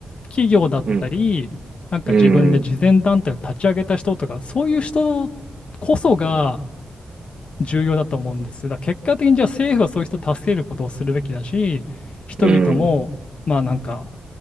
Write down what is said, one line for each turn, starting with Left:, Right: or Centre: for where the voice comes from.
Left: 企業だったり、
Right: うん。
Left: なんか自分で慈善団体を立ち上げた人とか、
Right: うん。
Left: そういう人こそが重要だと思うんですよ。だから結果的にじゃあ政府はそういう人を助けることをするべきだし、人々も、
Right: うん。
Left: まあなんか